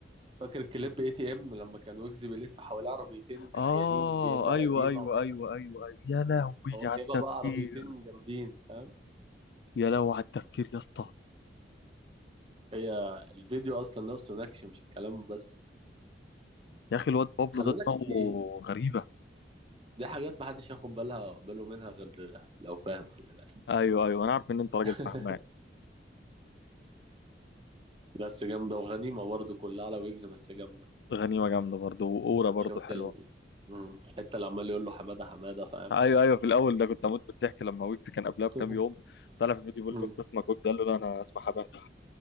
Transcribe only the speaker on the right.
فاكر الكليب اي تي ام لما كان ويجز بيلف حواليه عربيتين كحيانين
بيما
قديمه
وبتاع
هو
جايبها
بقى عربيتين جامدين فاهم
هي الفيديو اصلا نفسه نكش مش الكلام بس
خلي
بالك
دي
دي حاجات محدش ياخد بالها باله منها غير لو فاهم خلي بالك
<laughs>
بس جامده وغنيمه برضه كلها على ويجز بس جامده
شفت
ال مم. الحته اللي عمال يقول له حماده حماده فاهم
<laughs>
مم.